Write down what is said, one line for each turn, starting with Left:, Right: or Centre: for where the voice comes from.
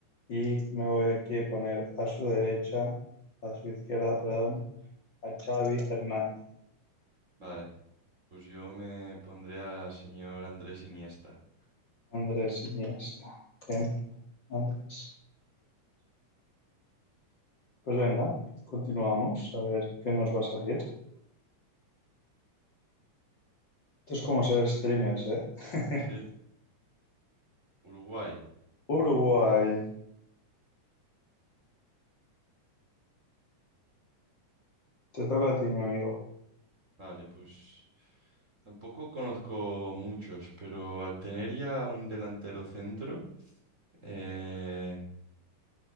Left: y me voy aquí a poner a su derecha, a su izquierda, perdón, a Xavi Hernández.
Right: Vale. Pues yo me pondré al señor Andrés Iniesta.
Left: Andrés Iniesta. Bien, Andrés. Pues venga, continuamos a ver qué nos va a salir. Esto es como ser streamers, ¿eh? <laughs>
Right: Sí, Uruguay.
Left: Uruguay, te toca a ti, mi amigo.
Right: Vale, pues tampoco conozco muchos, pero al tener ya un delantero centro, eh,